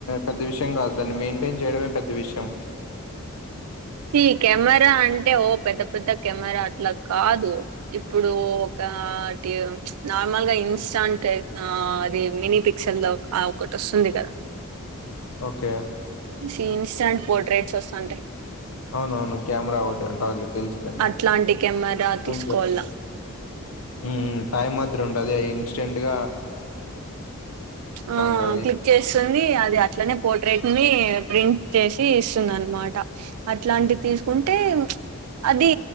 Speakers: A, on the left; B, on the right.
A: పెద్ద విషయం కాదు దాన్ని మెయింటైన్ చేయడమే పెద్ద విషయం.
B: ఈ కెమెరా అంటే ఓ పెద్ద పెద్ద కెమెరా అట్లా కాదు ఇప్పుడు ఒక. ఆహ్ టి ప్చ్ నార్మల్ గా ఇన్స్టాంట్ ఆహ్ అది మినీ పిక్చర్ లో ఆహ్ ఒకటి వస్తది. వస్తుంది కదా.
A: ఓకే.
B: సీ ఇన్స్టంట్ పోర్ట్రేట్స్ వస్తుంటే.
A: అవునవును క్యామెరా ఒకటి ఉంటది తెలుసులేండి
B: అట్లాంటి కెమెరా
A: అవునుగ.
B: తీసుకోవాల
A: ఉమ్ ఉమ్ టైం మాదిరి ఉంటది ఇన్స్టెంట్గా.
B: ఆహ్
A: ఉంటది
B: క్లిక్ చేస్తుంది ఆహ్ అది అట్లనే పోర్ట్రేట్ అవుతుంది. ప్రింట్ చేసి ఇస్తుంది అనమాట అట్లాంటి
A: హ్మ్.
B: తీసుకుంటే ప్చ్. అది